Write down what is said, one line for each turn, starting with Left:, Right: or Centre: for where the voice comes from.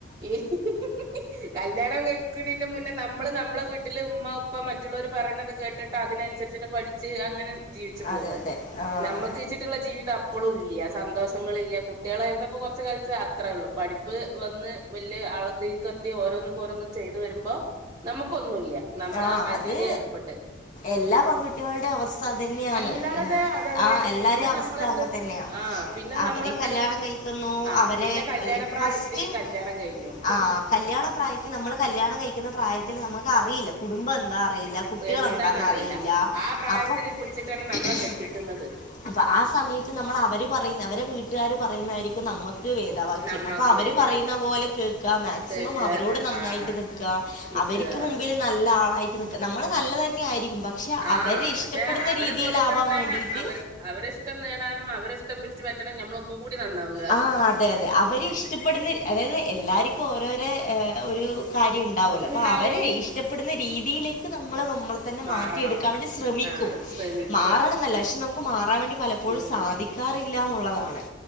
Right: <unintelligible> കല്യാണം കേഴിക്കണതിന്റെ മുന്നേ നമ്മള് നമ്മളെ വീട്ടില് ഉമ്മ, ഉപ്പ, മറ്റുള്ളവർ പറയണത് കേട്ടിട്ട് അതിനനുസരിച്ച് <unintelligible> പഠിച്ച് അങ്ങനെ ജീവിച്ചു പോകന്ന്
Left: അതെ അതെ ആ
Right: നമ്മക്ക് വച്ചിട്ടുള്ള ജീവിതം അപ്പളും ഇല്ല്യ സന്തോഷങ്ങളില്ല കുട്ടികളായിരുന്നപ്പോ കുറച്ച് കളിച്ച അത്രേള്ളൂ പഠിപ്പ് വന്ന് വലിയ <unintelligible> ഓരോന്നും ഓരോന്നും ചെയ്ത് വരുമ്പോ നമുക്കൊന്നുല്ല നമ്മള
Left: ആ
Right: അതിൽ
Left: അത്
Right: ഏർപ്പെട്ട്
Left: എല്ലാ പെൺകുട്ടികളുടെ അവസ്ഥ അതന്നെയാണ്
Right: അല്ലാറതെ അത് തന്നെയാണ്
Left: ആ എല്ലാരേം
Right: പിന്നെ
Left: അവസ്ഥ
Right: നമ്മളെന്ത്
Left: അങ്ങനതന്നെയ
Right: ആഹ് പിന്നെ
Left: അവര്
Right: നമ്മളെന്തായി
Left: <unintelligible> കല്യാണം കഴിക്കുന്നു
Right: ആഹ്
Left: അവരെ
Right: പിന്നെ കല്യാണപ്രായത്തി
Left: ഫസ്റ്റ്
Right: കല്യാണം കഴിഞ്ഞു
Left: ആ കല്യാണപ്രായത്തിൽ നമ്മൾ <unintelligible> കല്ല്യാണം കഴിക്കുന്ന പ്രായത്തിൽ നമുക്ക് അറിയില്ല കുടുംബം എന്താ അറിയില്ല, കുട്ടികൾെന്താന്ന്
Right: എന്താന്നറിയില്ല
Left: അറിയില്ല
Right: ആ പ്രായത്തില്
Left: അപ്പൊ
Right: പിടിച്ചിട്ടാണ്
Left: <unintelligible>
Right: നമ്മളെ കെട്ടിക്കുന്നത്
Left: അപ്പൊ ആ സമയത്ത് നമ്മൾ അവര് പറയുന്ന അവരെ വീട്ടുകാര് പറയുന്നതായിരിക്കും നമ്മക്ക് ഭേദാവാക്യം
Right: നമ്മക്ക്
Left: അപ്പൊ അവര്
Right: വലുത്
Left: പറയുന്ന പോലെ കേക്ക മാക്സിമം
Right: കേക്ക
Left: അവരോട് നന്നായിട്ട്
Right: ആഹ്
Left: നിക്ക
Right: നിക്ക
Left: അവർക്ക് മുമ്പിൽ നല്ല ആളായി നമ്മളെ നല്ല തന്നെ ആയിരിക്കും പക്ഷെ
Right: ആഹ്
Left: അവര് ഇഷ്ടപ്പെടുന്ന
Right: പക്ഷെ അവരെ
Left: രീതിയിലാവാൻ
Right: ബോധ്യപ്പെടുത്താന്
Left: വേണ്ടിട്ട്
Right: അവർ അവരെ ഇഷ്ടം നേടാനും അവരെഷ്ടം പിടിച്ചു പറ്റണം നമ്മള ഒന്നും കൂടി നന്നാവുക
Left: ആ അതെ അതെ അവര് ഇഷ്ടപ്പെടുന്ന അതായത് എല്ലാർക്കും ഓരോര ഒരു കാര്യം ഉണ്ടാവല്ലോ അപ്പൊ
Right: ഉണ്ടാവും
Left: അവര് ഇഷ്ടപ്പെടുന്ന രീതിയിലേക്ക് ന നമ്മെ തന്നെ
Right: മാറണം
Left: മാറ്റെടുക്കാൻ വേണ്ടി ശ്രമിക്കും
Right: ആഹ് ശ്രമിക്ക
Left: മാറണ ന്നല്ലാ പക്ഷേ മാ റാൻ വേണ്ടി പലപ്പോഴും
Right: ഉം
Left: സാധിക്കാറില്ല എന്നുള്ളതാണ്